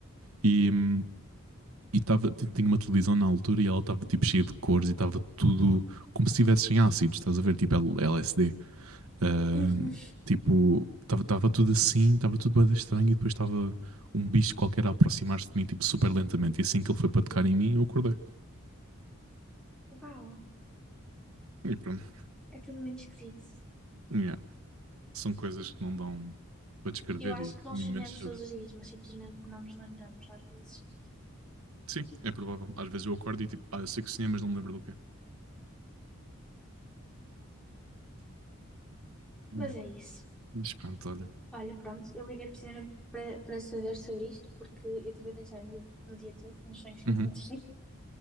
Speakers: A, on the right (about 80°); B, in the centre.
A: e. hum, e tava t- tinha uma televisão na altura e ela estava tipo cheia de cores e estava tudo como se estivesse em ácidos, estás a ver? Tipo L- LSD. Ah,
B: Uhum.
A: tipo, estava tudo assim, estava tudo bem estranho e depois estava um bicho qualquer a aproximar-se de mim, tipo, super lentamente. E assim que ele foi para tocar em mim, eu acordei.
B: <laughs> Uau,
A: E pronto.
B: é tudo muito esquisito.
A: Yeah. São coisas que não dão para descrever
B: Eu acho
A: e
B: que nós
A: muito
B: sonhamos
A: menos saber.
B: todos os dias, mas simplesmente não nos lembramos às vezes.
A: Sim, é provável. Às vezes eu acordo e tipo, ah, eu sei que sonhei, mas não me lembro do quê. Olha,
B: Mas é isso.
A: mas pronto, olha.
B: Olha, pronto, eu liguei precisamente para para saber sobre isto, porque eu estive a pensar no dia, no dia todo, nos sonhos que
A: Uhum,
B: eu tenho tido. <laughs>